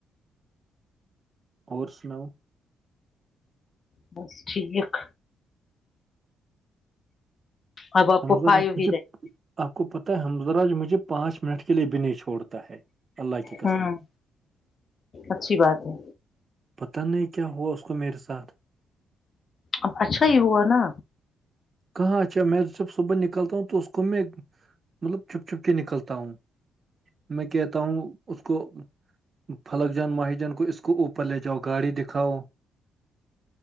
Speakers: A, on the right; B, on the left.
A: اور سناؤ
B: بس ٹھیک اب آپ
A: حمزہ
B: کو فائیو
A: مجھے
B: ہی رہی
A: آپ کو پتا ہے حمزہ آج مجھے پانچ منٹ کے لیے بھی نہیں چھوڑتا ہے اللہ کی قسم
B: ہوں اچھی بات ہے
A: پتا نہیں کیا ہوا اس کو میرے ساتھ
B: اب اچھا ہی ہوا نا
A: کہاں اچھا میں تو جب صبح نکلتا ہوں تو اس کو میں مطلب چھپ چھپ کے نکلتا ہوں میں کہتا ہوں اس کو فلک جان ماہی جان کو اس کو اوپر لے جاؤ گاڑی دکھاؤ